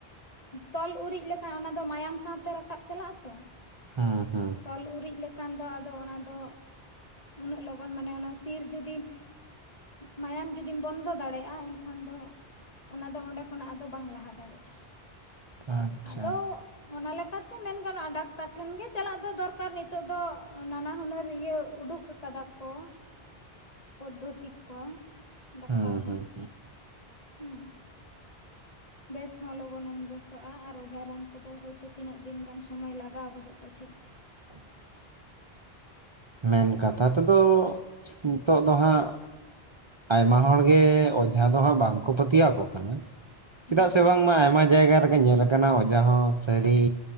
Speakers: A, on the left; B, on the right.
A: ᱛᱚᱞ ᱩᱨᱤᱡ ᱞᱮᱠᱷᱟᱱ ᱚᱱᱟᱫᱚ ᱢᱟᱭᱟᱢ ᱥᱟᱶᱛᱮ ᱨᱟᱠᱟᱵ ᱪᱟᱞᱟᱜ-ᱟ ᱛᱚ᱾
B: ᱦᱩᱸ ᱦᱩᱸ᱾
A: ᱛᱚᱞ ᱩᱨᱤᱡ ᱞᱮᱠᱷᱟᱱ ᱫᱚ ᱟᱫᱚ ᱚᱱᱟ ᱫᱚ ᱩᱱᱟᱹᱜ ᱞᱚᱜᱚᱱ ᱢᱟᱱᱮ ᱚᱱᱟ ᱥᱤᱨ ᱡᱩᱫᱤᱢ ᱢᱟᱭᱟᱢ ᱡᱩᱫᱤᱢ ᱵᱚᱱᱫᱚ ᱫᱟᱲᱮᱭᱟᱜ-ᱟ ᱮᱱᱠᱷᱟᱱ ᱫᱚ ᱚᱱᱟᱫᱚ ᱚᱸᱰᱮ ᱠᱷᱚᱱᱟᱜ ᱟᱫᱚ ᱵᱟᱝ ᱞᱟᱦᱟ ᱫᱟᱲᱮᱜᱼᱟ᱾
B: ᱟᱪᱪᱷᱟ
A: ᱟᱫᱚ ᱚᱱᱟ ᱞᱮᱠᱟᱛᱮ ᱢᱮᱱ ᱜᱟᱱᱚᱜᱼᱟ ᱰᱟᱠᱛᱟᱨ ᱴᱷᱮᱱ ᱜᱮ ᱪᱟᱞᱟᱜ ᱫᱚ ᱫᱚᱨᱠᱟᱨ ᱱᱤᱛᱚᱜ ᱫᱚ ᱱᱟᱱᱟ ᱦᱩᱱᱟᱹᱨ ᱤᱭᱟᱹ ᱩᱰᱩᱠ ᱠᱟᱫᱟ ᱠᱚ᱾
B: <inaudible>
A: ᱯᱚᱫᱽᱫᱷᱚᱛᱤ ᱠᱚ ᱰᱟᱠᱛᱟᱨ
B: ᱦᱩᱸ
A: ᱦᱚᱸ
B: ᱦᱩᱸ ᱦᱩᱸ
A: ᱦᱩᱸ᱾ ᱵᱮᱥ ᱦᱚᱸ ᱞᱚᱜᱚᱱᱮᱢ ᱵᱮᱥ ᱚᱜᱼᱟ ᱟᱨ ᱚᱡᱷᱟ ᱨᱟᱱ ᱠᱚᱫᱚ ᱦᱳᱭᱛᱳ ᱛᱤᱱᱟᱹᱜ ᱫᱤᱱ ᱜᱟᱱ ᱥᱚᱢᱚᱭ ᱞᱟᱜᱟᱣ ᱜᱚᱫᱚᱜ ᱯᱟᱪᱷᱮᱫ,
B: <inaudible> ᱢᱮᱱ ᱠᱟᱛᱷᱟ ᱛᱮᱫᱚᱻᱜ ᱱᱤᱛᱚᱜ ᱫᱚ ᱦᱟᱸᱜ ᱟᱭᱢᱟ ᱦᱚᱲ ᱜᱮ ᱚᱡᱷᱟ ᱫᱚ ᱦᱟᱸᱜ ᱵᱟᱝᱠᱚ ᱯᱟᱹᱛᱭᱟᱹᱣᱟᱠᱚ ᱠᱟᱱᱟ,
A: ᱦᱩᱸ
B: ᱪᱮᱫᱟᱜ ᱥᱮ ᱵᱟᱝ ᱢᱟ ᱟᱭᱢᱟ ᱡᱟᱭᱜᱟ ᱨᱮᱜᱮ ᱧᱮᱞ ᱞᱟ- ᱠᱟᱱᱟ ᱚᱡᱷᱟ ᱥᱟᱹᱨᱤ